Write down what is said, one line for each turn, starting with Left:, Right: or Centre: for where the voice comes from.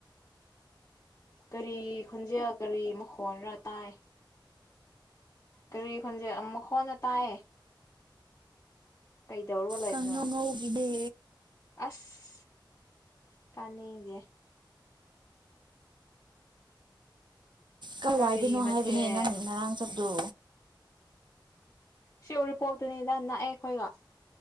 Left: ꯀꯔꯤ ꯈꯣꯟꯖꯦꯜ ꯀꯔꯤ ꯃꯈꯣꯟꯅ ꯇꯥꯏ ꯀꯔꯤ ꯈꯣꯟꯖꯦꯜ ꯃꯈꯣꯟꯅ ꯇꯥꯏ ꯀꯩꯗꯧꯔꯒ ꯂꯩꯏꯕꯅꯣ
Right: ꯀꯥꯡꯉꯧ ꯉꯧꯒꯤꯅꯦ
Left: ꯑꯁ ꯇꯥꯅꯤꯡꯗꯦ
Right: ꯀꯥꯏꯋꯥꯏꯗꯅꯣ
Left: ꯀꯔꯤ ꯃꯊꯦꯜ
Right: ꯍꯥꯏꯕꯅꯦ ꯅꯪ ꯉꯔꯥꯡ ꯁꯨꯗꯣ
Left: ꯁꯤ ꯎꯔꯤꯄꯣꯛꯇꯅꯤꯗ ꯅꯛꯑꯦ ꯑꯩꯈꯣꯏꯒ